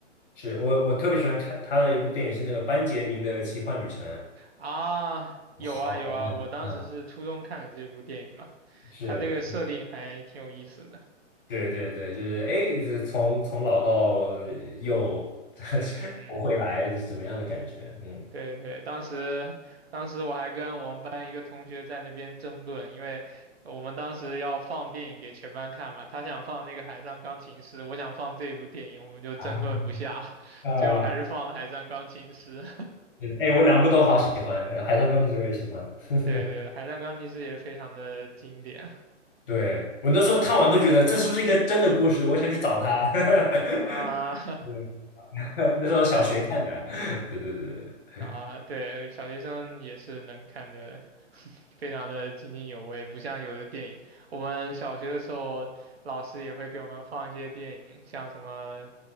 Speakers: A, on the left; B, on the right.
A: 是我我特别喜欢看他的一部电影是那个班杰明的奇幻旅程，
B: 啊。有啊有啊，
A: 好呀，
B: 我当时是初中看的这部电影嘛，
A: 啊，是，
B: 他这个设定还挺有意思的。
A: 对对对，就是哎，这从从老到又
B: 嗯嗯
A: 活回来是什么样的感觉？嗯
B: 对对，当时当时我还跟我们班一个同学在那边争论，因为我们当时要放电影给全班看嘛，他想放那个《海上钢琴师》，我想放这部电影，我们就争论不下，
A: 啊
B: <laughs>
A: 啊，
B: 最后还是放了《海上钢琴师》
A: 哎，我两部都好喜欢，呃《海上钢琴师》我也喜欢，
B: <laughs>。
A: <laughs>
B: 对对，《海上钢琴师》也非常的经典
A: 对，我那时候看完都觉得这是不是一个真的故事？我想去找他。<laughs>
B: 啊，
A: 对，<laughs> 那时候小学看的。
B: <laughs> 对。
A: <laughs> 对对对对，
B: 啊，对，小学生也是能看的，<laughs> 非常的津津有味，不像有的电影。我们小学的时候，老师也会给我们放一些电影，像什么